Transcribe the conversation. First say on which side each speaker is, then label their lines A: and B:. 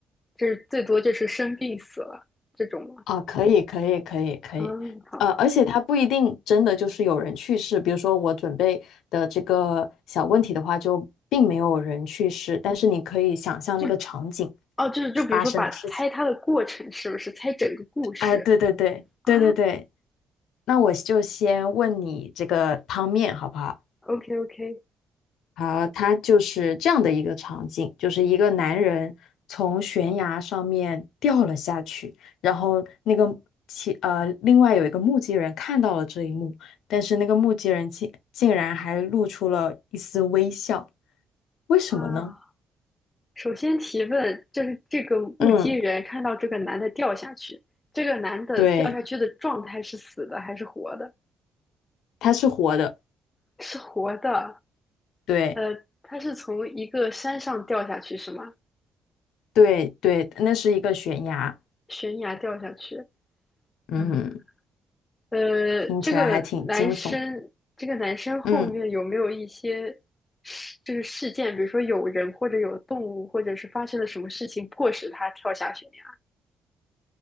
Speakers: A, on the left; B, on the left.
A: 就是最多就是生病死了这种吗？
B: 啊，可以，可以，可以，可以，
A: 嗯，好，
B: 呃，而且它不一定真的就是有人去世，比如说我准备的这个小问题的话，就并没有人去世，但是你可以想象那个场景
A: 就哦，就是就比如说把猜它的过程是不是猜整个故事
B: 发生的事情。哎，对对对，
A: 啊
B: 对对对，那我就先问你这个汤面好不好？
A: ？OK OK
B: 好，它就是这样的一个场景，就是一个男人从悬崖上面掉了下去，然后那个其呃，另外有一个目击人看到了这一幕，但是那个目击人竟竟然还露出了一丝微笑，为什么呢？
A: 啊，首先提问就是这个目击人看到这个男的掉下去，
B: 嗯，
A: 这个男的掉下去的状态是死的还是活的？
B: 对，他是活的，
A: 是活的。
B: 对
A: 呃，他是从一个山上掉下去是吗？
B: 对对，那是一个悬崖，
A: 悬崖掉下去。
B: 嗯，
A: 嗯，呃，
B: 听起来还挺惊悚的，
A: 这个男生，这个男生后面有没有一些
B: 嗯。
A: 事，就是事件，比如说有人或者有动物，或者是发生了什么事情迫使他跳下悬崖？